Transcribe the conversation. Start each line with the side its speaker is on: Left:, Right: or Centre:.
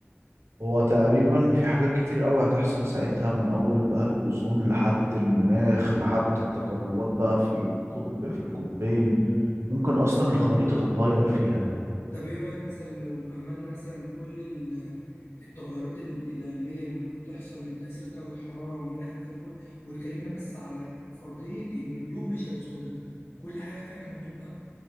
Right: هو تقريبا في حاجات كتير قوي هتحصل ساعتها من اول بقى الاوزون لحد المناخ لحد التقلبات بقى في القطب في القطبين ممكن اصلا الخريطة تتغير فيها دي
Left: طب ايه رأيك مثلا لو أهملنا مثلا كل ال- التغيرات ال- العلمية اللي ممكن تحصل من تأثير درجة حرارة والمناخ والكلام ده كله واتكلمنا بس على فرضية إن الضوء مش هيوصل لنا كل حاجة فعلا هتبقى